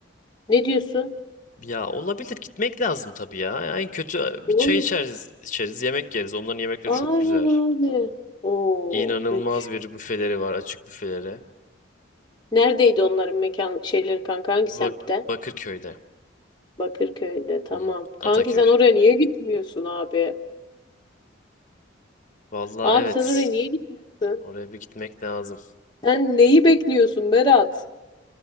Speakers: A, on the left; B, on the left.
A: Ne diyorsun?
B: Ya olabilir gitmek lazım tabii ya. En kötü bir
A: Oğlum,
B: çay içeriz, içeriz, yemek yeriz. Onların yemekleri çok
A: Aynen
B: güzel.
A: abi. Oo,
B: İnanılmaz
A: bük.
B: bir büfeleri var, açık büfeleri.
A: Neredeydi onların mekan şeyleri kanka? Hangi
B: Bak
A: semtte?
B: Bakırköy'de.
A: Bakırköy'de. Tamam.
B: Hı hı.
A: Kanki
B: Ataköy.
A: sen oraya niye gitmiyorsun abi?
B: Valla
A: Abi
B: evet.
A: sen oraya niye gitmiyorsun?
B: Oraya bir gitmek lazım.
A: Sen neyi bekliyorsun Berat?